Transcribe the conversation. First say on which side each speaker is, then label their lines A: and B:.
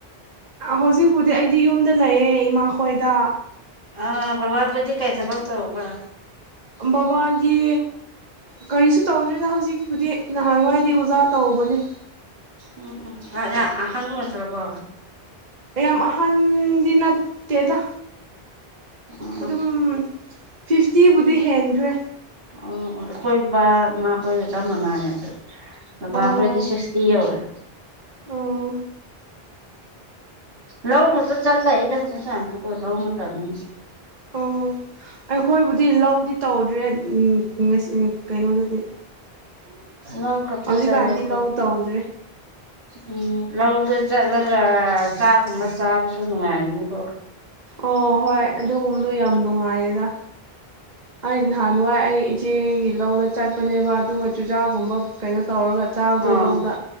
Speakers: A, on the right; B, on the right.
A: ꯍꯧꯖꯤꯛꯄꯨꯗꯤ ꯑꯩꯗꯤ ꯌꯨꯝꯗ ꯂꯩꯌꯦ ꯏꯃꯥ ꯈꯣꯏꯗ
B: ꯑ ꯕꯥꯕꯥ ꯈꯣꯏꯗꯤ ꯀꯩ ꯊꯕꯛ ꯇꯧꯕ
A: ꯕꯥꯕꯥꯗꯤ ꯀꯔꯤꯁꯨ ꯇꯧꯗ꯭ꯔꯤꯗ ꯍꯧꯖꯤꯛꯄꯨꯗꯤ ꯅꯍꯥꯟꯋꯥꯏꯗꯤ ꯑꯣꯖꯥ ꯇꯧꯕꯅꯦ
B: ꯎꯝ ꯎꯝ ꯑꯔꯦ ꯑꯍꯟ ꯑꯣꯏꯈ꯭ꯔꯕꯣ
A: ꯌꯥꯝ ꯑꯍꯟꯗꯤ ꯅꯠꯇꯦꯗ
B: ꯎꯝ
A: ꯑꯗꯨꯝ
B: ꯎꯝ
A: ꯐꯤꯐꯇꯤꯕꯨꯗꯤ ꯍꯦꯟꯈ꯭ꯔꯦ
B: ꯑꯣ ꯑꯣ ꯑꯩꯈꯣꯏ ꯕꯥ ꯃꯥ ꯈꯣꯏꯒ ꯆꯝ ꯃꯅꯥꯔꯦ ꯑꯗꯨ ꯕꯥꯕꯥꯈꯣꯏꯗꯤ
A: ꯑꯣ
B: ꯁꯤꯛꯁꯇꯤ ꯌꯧꯔꯦ
A: ꯑꯣ
B: ꯂꯧ ꯈꯛꯇ ꯆꯠ ꯂꯩꯌꯦꯗ ꯍꯧꯖꯤꯛꯀꯥꯟꯁꯨ ꯀꯣ ꯂꯧ ꯃꯇꯝꯅꯤꯅ
A: ꯎꯝ ꯑꯩꯈꯣꯏꯕꯨꯗꯤ ꯂꯧꯗꯤ ꯇꯧꯗ꯭ꯔꯦ ꯎꯝ ꯉꯁꯤ ꯎꯝ ꯀꯩꯅꯣꯗꯗꯤ
B: ꯂꯧ ꯈꯛꯇ
A: ꯍꯧꯖꯤꯛꯀꯥꯟꯗꯤ
B: ꯆꯠꯂꯦ ꯑꯩꯈꯣꯏꯗꯤ
A: ꯂꯧ ꯇꯧꯗ꯭ꯔꯦ
B: ꯎꯝ ꯂꯧꯗ ꯆꯠꯂꯒ ꯆꯥꯛꯒꯨꯝꯕ ꯆꯥꯕꯁꯨ ꯅꯨꯡꯉꯥꯏꯕꯅꯤꯀꯣ
A: ꯑꯣ ꯍꯣꯏ ꯑꯗꯨꯒꯨꯝꯕꯗꯣ ꯌꯥꯝ ꯅꯨꯡꯉꯥꯏꯌꯦꯗ ꯑꯩ ꯅꯍꯥꯟꯋꯥꯏ ꯑꯩ ꯏꯆꯦꯒꯤ ꯂꯧꯗ ꯆꯠꯄꯅꯦꯕ ꯑꯗꯨꯒ ꯆꯨꯖꯥꯛꯀꯨꯝꯕ ꯀꯩꯅꯣ ꯇꯧꯔꯒ ꯆꯥꯕꯗꯨ
B: ꯑꯥ
A: ꯂꯧꯗ